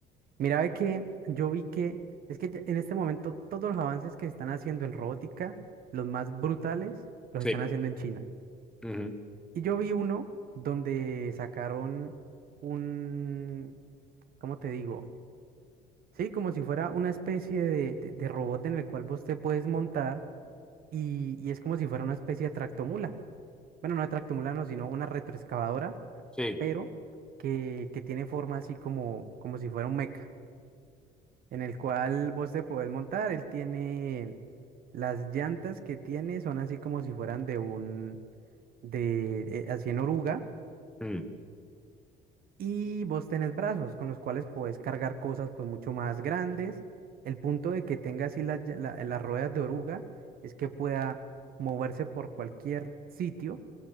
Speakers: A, on the right; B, in the centre.
A: Mira, ve que yo vi que es que ya- en este momento todos los avances que se están haciendo en robótica, los más brutales, los
B: Sí.
A: están haciendo en China.
B: Ujú.
A: Y yo vi uno donde sacaron un, ¿cómo te digo? Sí, como si fuera una especie de, de- de robot en el cual vos te puedes montar y, y es como si fuera una especie de tractomula. Bueno, no de tractomula, no, sino una retroexcavadora,
B: Sí.
A: pero que, que tiene forma así como, como si fuera un mecha. en el cual vos te podés montar. Él tiene las llantas que tiene, son así como si fueran de un, de, eh, así en oruga.
B: Mm,
A: Y vos tenés brazos con los cuales podés cargar cosas pues mucho más grandes. El punto de que tenga así las, lla- la- las ruedas de oruga es que pueda moverse por cualquier sitio,